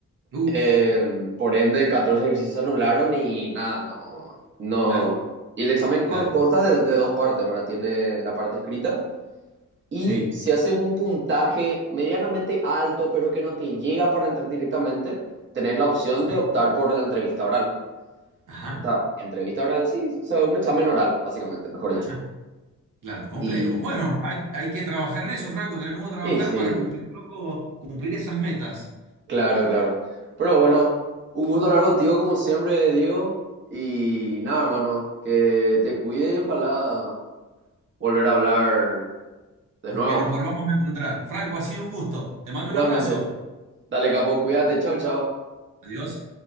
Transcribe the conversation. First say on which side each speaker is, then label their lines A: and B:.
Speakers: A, on the right (about 85°); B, on the right (about 40°).
A: uf,
B: eh, por ende, 14 ejercicios se anularon y nada, no, no.
A: claro,
B: Y el examen con-
A: claro,
B: consta de, de dos partes, ¿verdad? Tiene la parte escrita y
A: sí,
B: si haces un puntaje medianamente alto, pero que no te llega para entrar directamente, tenés la opción
A: sí,
B: de optar por la entrevista oral.
A: ajá,
B: O sea, entrevista oral, sí, o sea, un examen oral, básicamente, mejor
A: ajá.
B: dicho.
A: Claro, complejo.
B: Y,
A: Bueno, hay, hay que trabajar en eso, Franco. Tenemos que trabajar
B: y sí,
A: para cumplir, loco, cumplir esas metas.
B: Claro, claro. Pero bueno, un gusto hablar contigo como siempre, Diego. Y nada, hermano, que te cuide y ojalá volver a hablar de nuevo.
A: Que nos volvamos a encontrar. Franco, ha sido un gusto. Te mando
B: Igualmente.
A: un abrazo.
B: Dale, capo, cuídate. Chau, chau.
A: Adiós.